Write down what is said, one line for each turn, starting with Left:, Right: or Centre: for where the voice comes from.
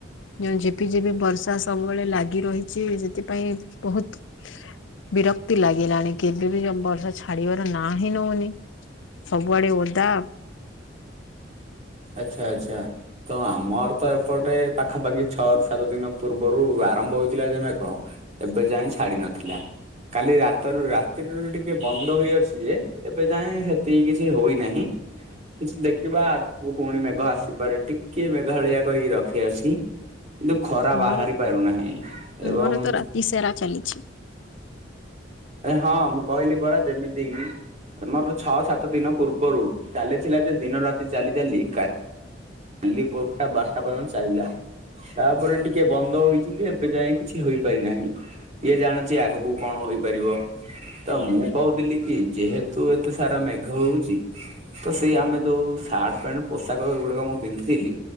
Left: ଜେଉଁ ଝିପିଝିପି ବର୍ଷା ସବୁବେଳେ ଲାଗି ରହିଚି ସେଥିପାଇଁ ବହୁତ୍ ବିରକ୍ତି ଲାଗିଲାଣି କେବେବି <unintelligible> ବର୍ଷା ଛାଡିବାର ନାଁ ହିଁ ନଉନି। ସବୁଆଡେ ଓଦା।
Right: ଆଚ୍ଛା ଆଚ୍ଛା। ତ ଆମର ତ ଏପଟେ ପାଖାପାଖି ଛଅ <unintelligible> ଦିନ ପୂର୍ବରୁ ଆରମ୍ଭ ହେଇଥିଲା ଯେ ମେଘ ଏବେ ଯାଇ ଛାଡିନଥିଲା କାଲି ରାତରୁ ରାତିରୁ ଟିକେ ବନ୍ଦ ହେଇଅଛି ଯେ ଏବେ ଯାଏଁ ସେତିକି କିଛି ହୋଇନାହିଁ କିଛି ଦେଖିବା <unintelligible> କୁ ପୁଣି ମେଘ ଆସିପାରେ ଟିକେ ମେଘାଳିଆ କରିକି ରଖିଅଛି। କିନ୍ତୁ ଖରା
Left: ଆମର
Right: ବାହାରି ପାରୁନାହିଁ ଏବଂ
Left: ଆମର ତ ରାତି ସାରା ଚାଲିଛି
Right: ଏ ହଁ ମୁଁ କହିଲି ପରା ଯେମିତି ଆମର ଛଅ ସାତ ଦିନ ପୂର୍ବରୁ ଚାଲିଥିଲା ଯେ ଦିନ ରାତି ଚାଲି ଚାଲି କା କାଲି ପୋଠା ବାର୍ଷା ପଯ୍ୟନ୍ତ ଚାଲିଲା ତାପରେ ଟିକେ ବନ୍ଧ ହୋଇଛି ଯେ ଏବେ ଯାଇ କିଛି ହୋଇପାରି ନାହିଁ। କିଏ ଜାଣିଛି ଆଗକୁ କଣ ହୋଇପାରିବ? ତ ମୁଁ କହୁଥିଲି କି ଯେହେତୁ ଏତେ ସାରା ମେଘ ହଉଛି ତ ସେଇ ଆମେ ଯୋଉ ସାଟ ପୋଷାକ ଗୁଡାକ ମୁଁ ପିନ୍ଧିଥିଲି